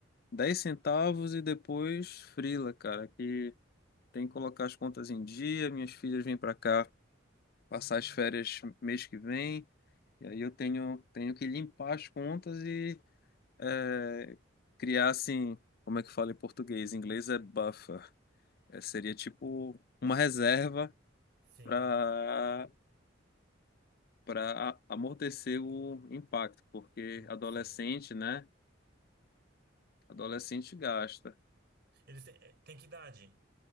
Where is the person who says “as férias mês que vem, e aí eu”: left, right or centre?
Left